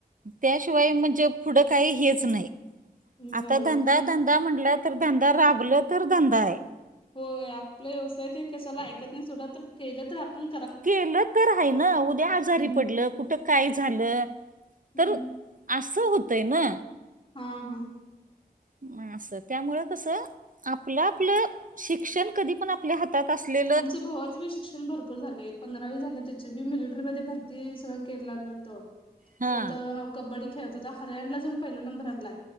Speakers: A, on the right; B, on the left.
A: त्याशिवाय म्हणजे पुढं काही हेच नाही.
B: बरोबर
A: आता धंदा
B: आहे
A: धंदा म्हटलात तर धंदा राबलं तर धंदा हाय.
B: होय. आपल व्यवसाय ते कशाला ऐकत नाय, सोडा तर केलं तर आपुण
A: केलं तर हाय न, उद्या आजारी
B: हम्म
A: पडलं. कुठं काय झालं
B: हम्म
A: तर, असं होतंय न
B: हा हा
A: नाय असं त्यामुंळ कस, आपलं आपलं शिक्षण कधी पण आपल्या हात तात असले
B: आमच भावाच बी शिक्षण भरपूर झालय. पंधरावी झालं त्याची बी मिलेट्रीमध्ये भरती सगळ केल्यालत
A: हा
B: परत, हाव कबड्डी खेळत होता. हरीयाणला जाऊन पहिला नंबर आणलाय.